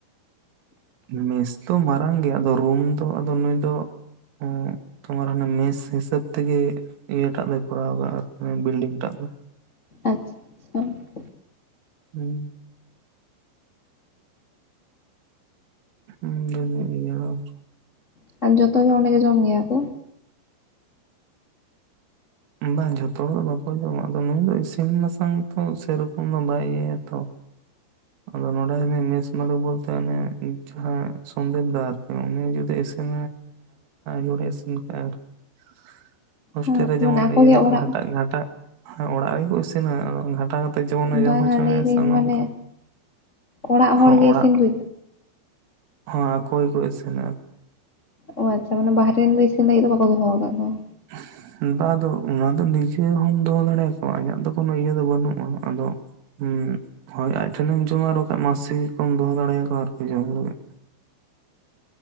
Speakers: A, on the right (about 90°); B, on the left (about 65°).
A: ᱢᱮᱥ ᱫᱚ ᱢᱟᱨᱟᱝ ᱜᱮᱭᱟ ᱟᱫᱚ ᱨᱩᱢ ᱫᱚ ᱟᱫᱚ ᱱᱩᱭ ᱫᱚ <unintelligible> ᱢᱮᱥ ᱦᱤᱥᱟᱹᱵ ᱛᱮ ᱜᱮ ᱤᱭᱟᱹᱴᱟᱜ ᱫᱚᱭ ᱠᱚᱨᱟᱣ <unintelligible> <unintelligible> ᱵᱤᱞᱰᱤᱝ ᱴᱟᱜ ᱫᱚ
B: ᱟᱪᱪᱷᱟ <unintelligible>
A: <inaudible> <unintelligible>
B: <unintelligible> ᱡᱚᱛᱚ ᱜᱮ ᱚᱸᱰᱮ ᱜᱮ ᱡᱚᱢ ᱜᱮᱭᱟ ᱠᱚ
A: <unintelligible> ᱡᱷᱚᱛᱚ ᱦᱚᱲ ᱵᱟᱠᱚ ᱡᱚᱢᱟ <unintelligible> ᱱᱩᱭ ᱫᱚ ᱤᱥᱤᱱ ᱵᱟᱥᱟᱝ ᱛᱚ ᱥᱮᱨᱚᱠᱚᱢ ᱫᱚ ᱵᱟᱭ ᱤᱭᱟᱹᱭᱟ ᱛᱚ, ᱟᱫᱚ ᱱᱚᱸᱰᱮ ᱢᱮᱥ ᱢᱟᱞᱤᱠ ᱵᱚᱞᱛᱮ ᱡᱟᱦᱟᱸᱭ ᱥᱚᱱᱫᱮᱯ ᱫᱟ ᱩᱱᱤ ᱡᱩᱫᱤ <unintelligible> <unintelligible> ᱡᱟᱦᱟᱸ ᱱᱚᱸᱰᱮ <unintelligible> ᱦᱳᱥᱴᱮᱞ
B: ᱦᱚᱸ
A: ᱨᱮ
B: ᱢᱟᱱᱮ
A: ᱡᱮᱢᱚᱱ
B: ᱟᱠᱚᱜᱮ
A: ᱤᱭᱟᱹ ᱠᱟᱛᱮ
B: ᱚᱲᱟᱜ
A: ᱦᱟᱴᱟᱜ ᱜᱷᱟᱴᱟᱜ ᱚᱲᱟᱜ ᱨᱮᱜᱮᱠᱚ ᱤᱥᱤᱱᱟ ᱟᱫᱚ ᱜᱷᱟ ᱴᱟ ᱠᱟᱛᱮᱫ ᱡᱮᱢᱚᱱᱮ
B: ᱵᱟᱝᱟ
A: ᱡᱚᱢ ᱦᱚᱪᱚ
B: ᱞᱟᱹᱭᱫᱟᱹᱧ
A: ᱢᱮᱭᱟ ᱥᱮ ᱚᱱ
B: ᱢᱟᱱᱮ
A: ᱚᱱᱠᱟ᱾
B: ᱚᱲᱟᱜ ᱦᱚᱲ
A: ᱦᱚᱸ
B: ᱜᱮ
A: ᱚᱲᱟᱜ
B: ᱤᱥᱤᱱ <unintelligible>
A: <unintelligible> ᱟᱠᱚ ᱜᱮᱠᱚ ᱤᱥᱤᱱᱟ <unintelligible>
B: ᱚ ᱟᱪᱪᱷᱟ ᱢᱟᱱᱮ ᱵᱟᱦᱨᱮ ᱨᱮᱱ ᱫᱚ ᱤᱥᱤᱱ ᱞᱟᱹᱜᱤᱫ ᱫᱚ ᱵᱟᱠᱚ ᱫᱚᱦᱚ ᱟᱠᱟᱫ ᱠᱚᱣᱟ
A: <inaudible> ᱵᱟ ᱟᱫᱚ ᱚᱱᱟ ᱫᱚ ᱱᱤᱡᱮ ᱦᱚᱢ ᱫᱚᱦᱚ ᱫᱟᱲᱮᱭᱟᱠᱚᱣᱟ ᱤᱧᱟᱹᱜ ᱫᱚ ᱠᱳᱱᱳ ᱤᱭᱟᱹ ᱫᱚ ᱵᱟᱹᱱᱩᱜᱼᱟ ᱾ ᱟᱫᱚ ᱦᱮᱸ, ᱦᱳᱭ ᱟᱡ ᱴᱷᱮᱱᱮᱢ ᱡᱚᱢᱟ ᱟᱨ ᱵᱟᱠᱷᱟᱱ ᱢᱟᱥᱤᱥ ᱠᱚᱢ ᱫᱚᱦᱚ ᱫᱟᱲᱮᱭᱟᱠᱚᱣᱟ ᱟᱨᱠᱤ ᱡᱚᱢ ᱞᱟᱹᱜᱤᱫ᱾